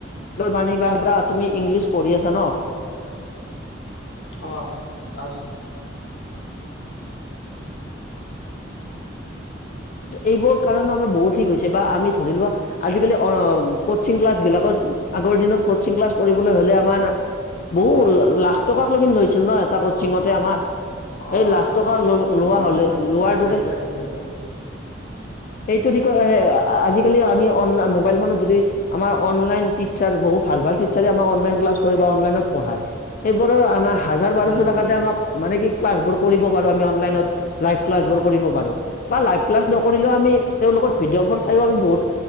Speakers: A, on the left; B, on the left.
A: বাণী বা বা তুমি ইংলিছ পঢ়ি আছা ন?
B: অ', তাৰ পিছত
A: এইবোৰ কাৰণ আমাৰ বহুত ঠিক হৈছে বা আমি ধৰি লোৱা আজিকালি কচিং ক্লাছ বিলাকত আগৰ দিনত কচিং ক্লাছ কৰিবলৈ হলে, আমাৰ বহু লাখ টকাক লৈকেই লৈ ছিল ন এটা কোচিঙতে
B: অ
A: আমাৰ। এই
B: অ
A: লাখ টকা ল লোৱা
B: আজি
A: হ'লে
B: আজি
A: লোৱাৰ
B: সেইতে
A: দৰে
B: সেইটো বহু
A: সেইটো <unintelligible> আজিকালি আমি অনলাই মোবাইল ফোনত যদি আমাৰ অনলাইন টিচাৰ বহু ভাল ভাল টিচাৰে আমাক অনলাইন ক্লাছ কৰে বা অনলাইনত পঢ়ায়, সেইবোৰো আমাৰ হাজাৰ বাৰশ
B: উম
A: টকাতে আমাক মানে কি ক্লাছবোৰ কৰিব পাৰো আমি অনলাইনত। লাইভ ক্লাছ বোৰ কৰিব পাৰো
B: অ
A: বা লাইভ ক্লাছ নকৰিলেও আমি তেওঁলোকৰ ভিডিঅ'বোৰ চাইও আমি বহুত